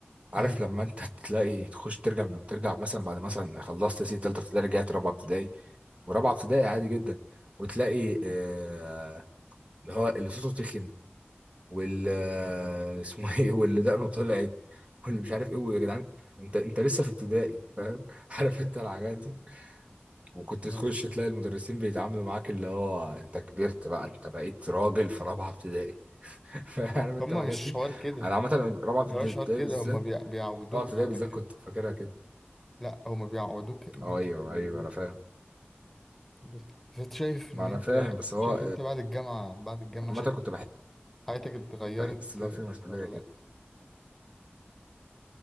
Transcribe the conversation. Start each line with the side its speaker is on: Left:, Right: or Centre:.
Right: عارف
Centre: مم.
Right: لما أنت تلاقي تخش ترجع من ترجع مثلا بعد مثلا خلصت سي تالتة ابتدائي رجعت رابعة ابتدائي ورابعة ابتدائي عادي جدا وتلاقي آه، اللي هو اللي صوته تخن وال <laughs> اسمه ايه واللي دقنه طلعت واللي مش عارف ايه ويا جدعان انت انت لسه في ابتدائي فاهم <laughs> عارف انت الحاجات دي وكنت
Centre: مم.
Right: تخش تلاقي المدرسين بيتعاملوا معاك اللي هو انت كبرت بقى انت بقيت راجل في رابعه ابتدائي <laughs> فاهم انت
Centre: هما
Right: الحاجات
Centre: مش
Right: دي
Centre: حوار كده
Right: انا عامه رابعه ابتدائي
Centre: ده مش حوار كده
Right: بالذات
Centre: هما بيع... بيعودوك
Right: رابعه ابتدائي
Centre: على
Right: بالذات
Centre: كده
Right: كنت فاكرها كده
Centre: لا هما بيعودوك ان
Right: اه
Centre: انت
Right: ايوه
Centre: تبقى
Right: ايوه
Centre: جديد
Right: انا فاهم
Centre: بس بس انت شايف
Right: ما
Centre: ان
Right: انا
Centre: انت
Right: فاهم بس هو
Centre: شايف انت بعد الجامعة بعد الجامعة
Right: عامه
Centre: شايف
Right: كنت
Centre: إن
Right: بحس
Centre: حياتك اتغيرت
Right: بحس اللي
Centre: آه،
Right: هو في مسؤوليه
Centre: ولا
Right: كده
Centre: لا